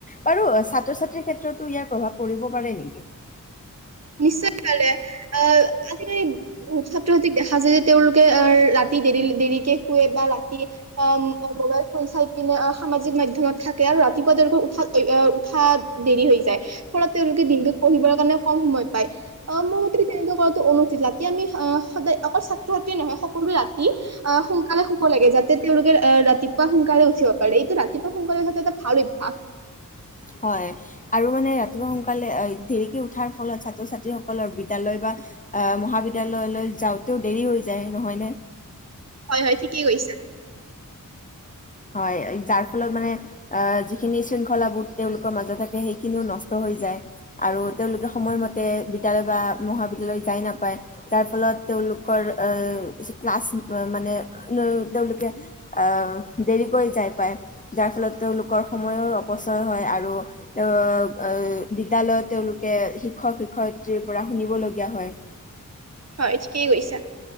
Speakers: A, on the left (about 25°); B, on the right (about 50°).
A: বাৰু ছাত্ৰ ছাত্ৰীৰ ক্ষেত্ৰতো ইয়াৰ প্ৰভাৱ পৰিব পাৰে নেকি?
B: নিশ্চয় কাৰালে অহ আজিকালি বহুত ছাত্ৰ ছাত্ৰীক দেখা যায়। যে তেওঁলোকে অহ ৰাতি দেৰি দেৰি। শোৱে বা ৰাতি মোবাইল ফোন চাই। এনে সামাজিক মাধ্য়মত থাকে আৰু ৰাতিপুৱা তেওঁলোকৰ উঠাত। উঠা দেৰি হৈ যায়। ফলত তেওঁলোকে দিনটোত পঢ়িবৰ কাৰণে। কম সময় পায়। অ মোৰ মতে তেনেকুৱা কৰাটো অনুল ৰাতি আমি সদায় অকল ছাত্ৰ ছাত্ৰ্ৰী নহয় সকলোৱো ৰা। সোনকালে শুব লাগে। যাতে। তেওঁলোকে আহ ৰাতিপুৱা সোনকালে উঠিব পাৰে। এইটো ৰাতিপুৱা সোনকালেো এটা ভাল অভ্যাস।
A: হয় আৰু মানে ৰাতিপুৱা সোনকালে দেৰিকে উঠাৰ ফলত ছাত্ৰ ছাত্ৰীসকলৰ বিদ্যালয় বা মহাবিদ্যালয়লৈ যাওঁতেও দেৰি হৈ যায়। নহয়নে?
B: হয়, হয় ঠিকেই কৈছে।
A: হয়, যাৰ ফলত মানে যিখিনি শৃংখলাবোধ তেওঁলোকৰ মাজত থাকে। সেইখিনিও নষ্ট হৈ যায়। আৰু তেওঁলোকে সময়মতে বিদ্যালয় বা মহাবিদ্যালয় যাই নাপায়। যাৰ ফলত তেওঁলোকৰ কিছু ক্লাছ মানে তেওঁলোকে অহ দেৰিকৈ যায় পায় যাৰ ফলত তেওঁলোকৰ সময়ৰ অপচয় হয়। আৰু বিদ্যালয়ত তেওঁলোকে শিক্ষক শিক্ষয়িত্ৰীৰ পৰা শুনিবলগীয়া হয়।
B: হয় ঠিকেই কৈছে।